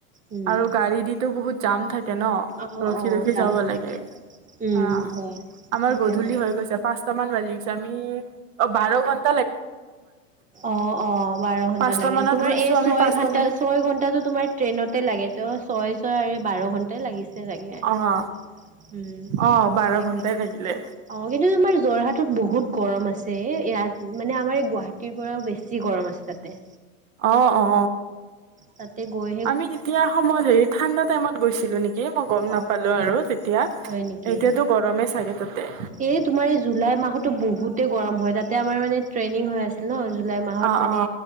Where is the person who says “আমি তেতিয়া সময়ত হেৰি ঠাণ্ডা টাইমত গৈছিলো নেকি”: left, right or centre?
Right